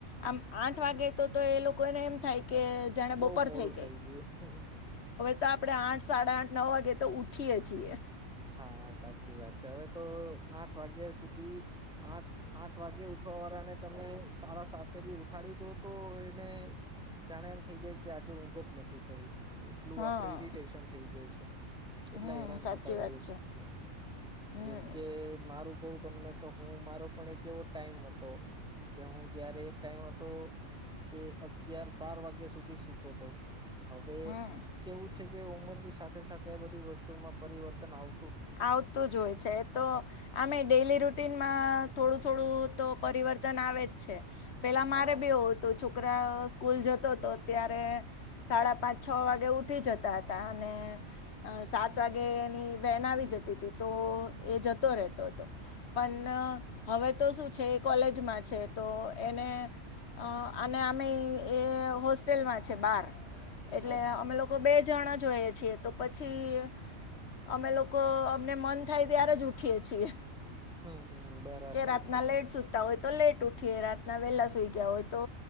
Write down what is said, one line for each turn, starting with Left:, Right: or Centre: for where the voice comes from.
Left: આમ આઠ વાગે તો તો એ લોકોને એમ થાય કે જાણે
Centre: બઉ
Left: બપોર
Centre: મોડું
Left: થઈ ગઈ.
Centre: થઈ ગયું.
Left: તા આપડે આઠ સાડા આઠ નવ વાગે તો ઉઠીએ છીએ.
Centre: હા, સાચી વાત છે. હવે તો આઠ વાગ્યા સુધી આઠ આઠ વાગ્યા ઉ ઉઠવા વાળાને તમે સાડા સાતે બી ઉઠાડી દો તો એને જાણે એમ થઇ જાય કે આજે ઊંઘ જ નથી થઈ. એટલું
Left: હા
Centre: આપડે ઈરિટેશન થઇ જાય છે. એટલા
Left: હમ
Centre: હેરાન
Left: સાચી
Centre: થ તો હોએ
Left: વાત
Centre: છે.
Left: હમ
Centre: જેમ કે મારું કઉં તમને તો હું મારો પણ એક એવો ટાઈમ હતો કે હું જયારે એક ટાઈમ હતો કે અગિયાર બાર વાગ્યા સુધી સુતો તો. હવે
Left: હમ
Centre: કેવું છે કે ઉંમરની સાથે સાથે આ બધી વસ્તુમાં પરિવર્તન આવ
Left: આવતું જ હોય છે તો અમે ડેલી રૂટીનમાં થોડું થોડું તો પરિવર્તન આવે જ છે પેલા
Centre: હા
Left: મારે બી એવું થું છો કરા સ્કૂલ જતો તો ત્યારે સાડા પાંચ છો વાગે ઉઠી જતા હતા અને અહ સાત વાગે એની વેન આવી જતી તી તો એ જતો રહેતો હતો. પણ હવે તો શું છે એ કોલેજમાં છે તો એને અહ અને અમે એ હોસ્ટેલમાં છે બાર એટલે
Centre: અચ્છા
Left: અમે લોકો બે જણા જોઈએ છીએ તો પછી અમે લોક કો અમને મન થાય ત્યારે જ ઉઠીએે છીએ.
Centre: હમ્મ, હમ્મ બરાબર
Left: કે રાતના
Centre: છે બરા
Left: લેટ સુતા હોય તો લેટ ઉઠીએ રાતના વેલા સુઈ ગયા હોય તો